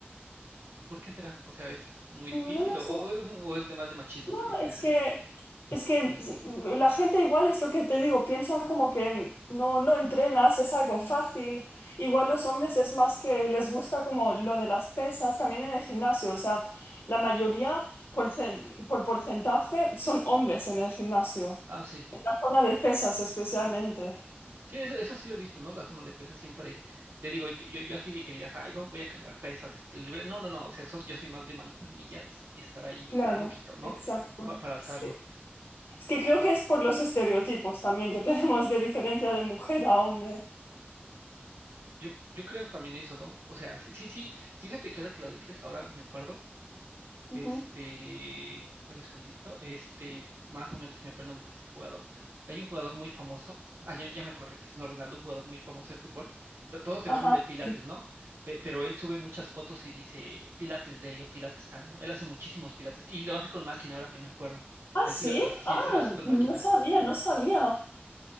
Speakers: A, on the right (about 70°); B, on the left (about 65°).
A: ¿Por qué será? O sea, ¿es muy difícil
B: Mm, No lo
A: o,
B: sé.
A: o- o es de más de machismo?
B: No,
A: ¿Tú qué crees
B: es
A: que
B: que,
A: sea?
B: es que sí, la gente igual es lo que te digo, piensa como que no, no entrenas, es algo fácil. Igual los hombres es más que les gusta como lo de las pesas, también en el gimnasio. O sea, la mayoría por, cen- por porcentaje son hombres en el gimnasio,
A: Ah, sí.
B: en la zona de pesas especialmente.
A: Sí, eso, eso sí lo he visto, ¿no? La zona de pesas siempre, te digo, yo, yo, yo así de que digas, ay, vo- voy a cargar pesas, este, libre. No, no, no, o sea, eso- yo soy más de mancuernillas y estar ahí
B: Claro,
A: un poquito, ¿no?
B: exacto.
A: Pa- para alzarlo.
B: Sí. Es que creo que es por los estereotipos también que <laughs> tenemos de diferencia de mujer a hombre.
A: Yo, yo creo también eso, ¿no? O sea, sí, sí, sí, fíjate que ahora que lo dices, ahora me acuerdo.
B: Ujú.
A: Este, dame un segundito. Este, más o menos se me fue el nombre de este jugador. Hay un jugador muy famoso. Ah, ya, ya me acordé, Cristiano Ronaldo, un jugador muy famoso de fútbol. To- todos se
B: Ajá.
A: burlan del Pilates,
B: sí.
A: ¿no? Pe- pero él sube muchas fotos y dice Pilates Day o Pilates Time, ¿no? Él hace muchísimos Pilates y lo hace con máquina, ahora que me acuerdo.
B: Ah,
A: Él
B: sí,
A: sí lo, lo- sí,
B: ah,
A: sí lo hace con
B: no
A: máquina.
B: sabía, no sabía.